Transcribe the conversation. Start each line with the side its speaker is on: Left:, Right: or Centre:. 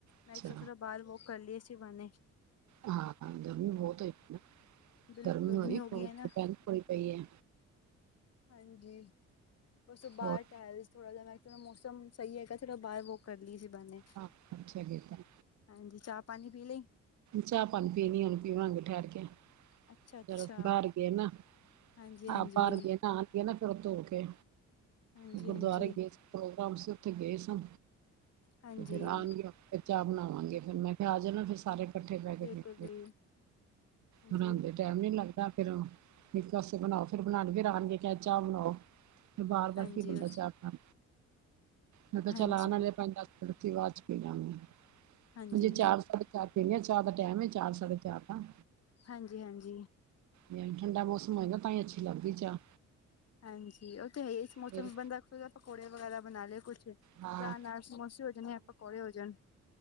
Left: ਮੈਂ
Right: ਅੱਛਾ
Left: ਕ ਚਲੋ ਬਾਰ ਵੋਕ ਕਰ ਲੀ ਸੀ ਮੈਂਨੇ
Right: ਹਾਂ-ਹਾਂ ਗਰਮੀ ਬੋਤ ਹੋਈ ਪਈ ਨਾ,
Left: ਬਿਲਕੁਲ
Right: ਗਰਮੀ ਹੋ ਰੀ ਖ਼ੂਬ
Left: ਗਈ ਹੈ ਨਾ
Right: ਤੇ ਪੈਂਦੀ ਬੜੀ ਪਈ ਐ।
Left: ਹਾਂਜੀ, ਓਸ ਤੋ ਬਾਰ
Right: ਹੋਰ
Left: ਟੈਲ ਥੋੜਾ ਜੇਆ ਮੈਂ ਚਲੋ ਮੌਸਮ ਸਈ ਹੈਗਾ ਫਿਰ ਬਾਰ ਵੋਕ ਕਰ ਲੀ ਸੀ ਬੈਨੇ।
Right: ਹਾਂ, ਅੱਛਾ ਕੀਤਾ
Left: ਹਾਂਜੀ, ਚਾਹ-ਪਾਨੀ ਪੀ ਲਈ।
Right: ਚਾਹ-ਪਾਨੀ ਪੀਨੀ ਏ ਹੁਨ ਪੀਵਾਂਗੇ ਠੈਰ ਕੇ।
Left: ਅੱਛਾ ਅੱਛਾ,
Right: ਫੇਰ ਬਾਰ ਗਏ ਨਾ,
Left: ਹਾਂਜੀ ਹਾਂਜੀ,
Right: ਆਹ ਬਾਰ ਗਏ ਨਾ ਨਾ ਫੇਰ ਓ ਧੋ ਕੇ
Left: ਹਾਂਜੀ
Right: ਗੁਰਦੁਆਰੇ
Left: ਹਾਂਜੀ,
Right: ਗਏ ਸੀ, ਪ੍ਰੋਗਰਾਮ ਸੀ ਓਥੇ ਗਏ ਸਾਂ।
Left: ਹਾਂਜੀ।
Right: ਫੇਰ ਆਣਗੇ ਫੇਰ ਚਾਹ ਬਣਾਵਾਂਗੇ ਫੇਰ ਮੈਂ ਕੇਆ ਆ ਜਾਣਾ ਤੁਸੀ ਸਾਰੇ। ਕੱਠੇ ਬੈਕੇ
Left: ਬਿਲਕੁਲ
Right: ਪੀਕੇ,
Left: ਜੀ ਹਾਂਜੀ
Right: ਬਣਾਦੇ ਨੇ। ਟਾਈਮ ਨੀ ਲੱਗਦਾ ਫੇਰ ਇੱਕ ਆਸਤੇ ਬਨਾਂਓ ਫਿਰ ਬਣਾਓ ਫੇਰ ਆਣਗੇ ਚਾਹ ਬਨਾਓ। ਬਾਰ ਦਾ
Left: ਹਾਂਜੀ
Right: <unintelligible>
Left: ਉਹ
Right: ਮੈਂ ਕੇਆ
Left: ਹਾਂਜੀ
Right: ਚੱਲ ਆ ਨਾ ਜਾਏ ਪੰਜ ਦਸ ਮਿੱਠੀ ਬਾਦ ਚ ਪੀਲਾਂਗੇ
Left: ਹਾਂਜੀ
Right: ਜੇ ਚਾਰ ਸਾਡੇ ਚਾਹ ਪੀਂਨੇ ਆ ਚਾਹ ਦਾ ਟਾਇਮ ਏ ਚਾਰ ਸਾਡੇ ਚਾਰ ਦਾ।
Left: ਹਾਂਜੀ-ਹਾਂਜੀ।
Right: ਹੂੰ, ਠੰਡਾ ਮੌਸਮ ਹੈਏਗਾ ਤਾਂ ਈਂ ਅੱਛੀ ਲੱਗਦੀ ਏ ਚਾਹ।
Left: ਹਾਂਜੀ, ਓ ਤਾਂ ਹੈਈਏ। ਇਸ ਮੌਸਮ
Right: ਫੇਰ
Left: ਬੰਦਾ ਪਕੌੜੇ ਵਗੈਰਾ ਬਣਾ ਲਏ ਕੁਛ-
Right: ਹਾਂ
Left: ਚਾਹ ਨਾਲ ਸਮੋਸੇ ਹੋ ਜਾਣ ਯਾਂ ਪਕੌੜੇ ਹੋ ਜਾਣ।